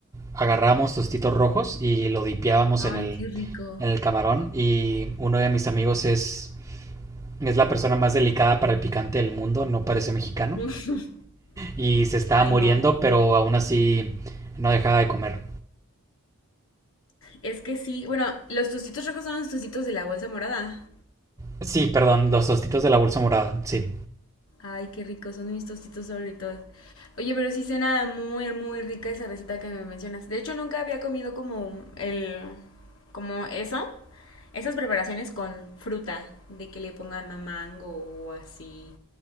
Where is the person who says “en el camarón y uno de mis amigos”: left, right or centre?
Right